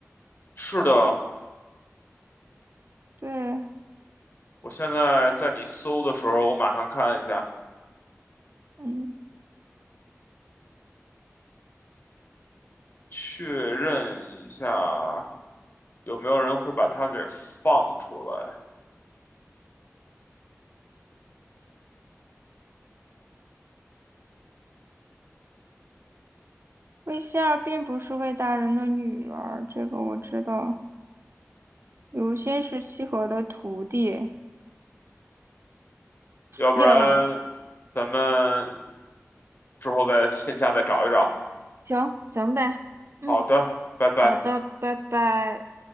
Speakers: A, on the left; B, on the right.
A: 是的，
B: 对，
A: 我现在在你搜的时候，我马上看一下，
B: 嗯，
A: 确认一下。有没有人会把它给放出来？
B: 魏仙儿并不是魏大人的女儿，这个我知道。刘欣是西河的徒弟。
A: 要不然
B: 影，
A: 咱们之后在线下再找一找。
B: 行行呗，嗯，
A: 好的，拜拜。
B: 好的，拜拜。